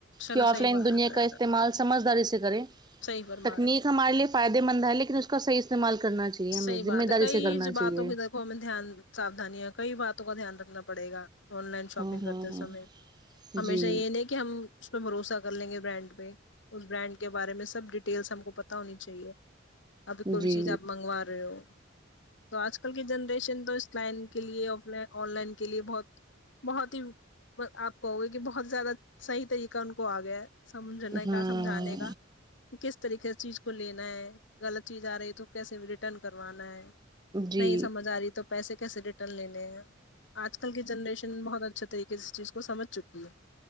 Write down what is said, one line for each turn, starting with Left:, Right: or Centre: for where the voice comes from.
Left: چلو
Right: کہ آف
Left: صحیح
Right: لائن
Left: بات
Right: دنیا
Left: ہے
Right: کا استعمال سمجھداری سے کریں
Left: صحیح فرما
Right: تکنیک
Left: رہے
Right: ہمارے لیے فائدے مند ہے لیکن اس کاح استعمال کرنا چاہیے ہمیں
Left: صحی
Right: ذمہ
Left: بات ہے
Right: داری
Left: کئی
Right: سے کرنا
Left: جو
Right: چاہیے
Left: باتوں کی ادھر ہم دھیان ساھان کئی باتوں کا دھیان رکھنا پڑے گا آن لائن شاپنگ
Right: ہاں ہاں
Left: کرتے س میں ہمیشہ
Right: جی
Left: یہ نہیں کہ کہ ہم اس پہ بھروسہ کر لیں گے برانڈ پہ اس برانڈ کے بارے میں سب ڈیٹیلس ہم کو پت ہونی چاہیے ابھی کوئی بھی
Right: جی
Left: چیز آپ منگا رہے تے ہو تو آج کل کی جنریشن تو اس لائن کے لیے اف لائن آن لائن کے لیے بہت بہت ہی آپ کہ گے کہ بہت زیادہ صحیح طریقہ ان کو آگیا ہے سمجھنا
Right: ہاں
Left: کا سمجھانے کا کس طریقے سے چیز کو لینا ہے غلط چیز آ رہی ہے تو کیسے ریٹرن کروانا ہے
Right: جی
Left: نہیں سمجھ آ رہی تو پیسے کیسے ریٹرن لینے ہیں آج کل کی جنریشن بہت اچا اچھے طریق سے اس چیز کو سمجھ چکی ہے